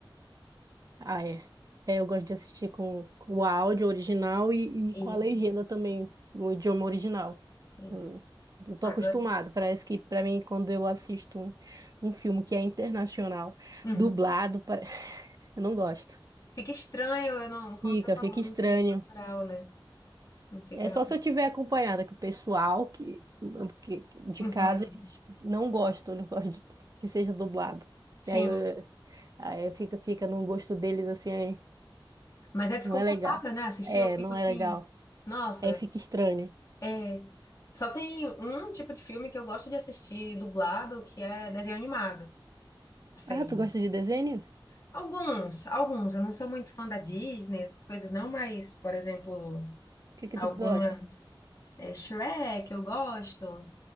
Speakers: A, on the right; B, on the left.
A: Ah, é. É, eu gosto de assistir com, com o áudio original e, e
B: Isso,
A: com a legenda também, no idioma original.
B: isso.
A: Eu, eu tô
B: Agora,
A: acostumado. Parece que, pra mim, quando eu assisto um, um filme que é internacional,
B: Uhum.
A: dublado, pare- <laughs> eu não gosto.
B: Fica estranho, eu não, como
A: Fica,
B: você falou,
A: fica
B: não
A: estranho.
B: sinto natural, né? Não fica
A: É só
B: nada.
A: se eu tiver acompanhada, que o pessoal que, que- de
B: Uhum.
A: casa eles não gostam, <laughs> não gostam de- que seja dublado.
B: Sim,
A: E aí, eu- aí fica, fica no gosto deles assim, aí
B: mas é desconfortável,
A: não é legal.
B: né? Assistir,
A: É,
B: eu fico
A: não
B: assim,
A: é legal.
B: nossa,
A: Aí fica estranho.
B: é. Só tem um tipo de filme que eu gosto de assistir dublado, que é desenho animado. Assim,
A: Ah, tu gosta de desenho? O
B: alguns, alguns. Eu não sou muito fã da Disney, essas coisas não, mas, por exemplo,
A: que que
B: algumas.
A: tu gosta?
B: É, Shrek, eu gosto.